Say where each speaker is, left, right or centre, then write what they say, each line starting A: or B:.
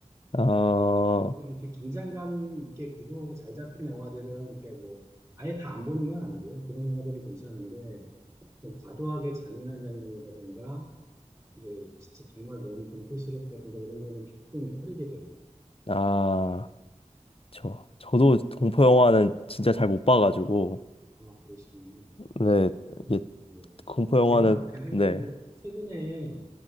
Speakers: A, on the left; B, on the right.
A: 어,
B: 근데 이렇게 긴장감 있게 구도가 잘 잡힌 영화들은 이렇게 뭐 아예 다 안 보는 건 아니고요. 그런 영화들은 괜찮은데 좀 과도하게 잔인한 장면이라든가 이제 진짜 정말 너무 공포스럽다든가 이런 거는 조금 꺼리게 돼요.
A: 아, 저, 저도 공포 영화는 진짜 잘 못 봐가지고,
B: 아, 그러시군요.
A: 네, 이게
B: 네.
A: 공포 영화는,
B: 제가 그래도
A: 네.
B: 최근에